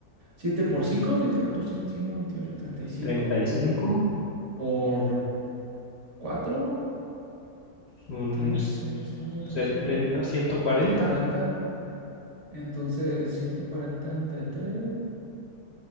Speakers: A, on the right; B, on the left.
A: siete por cinco, siete, catorce, veintiuno, veintiocho, treinta y cinco
B: treinta y cinco
A: por cuatro.
B: un
A: tres seis nueve doce
B: 70, 140.
A: ciento cuarenta Entonces, 140 entre tres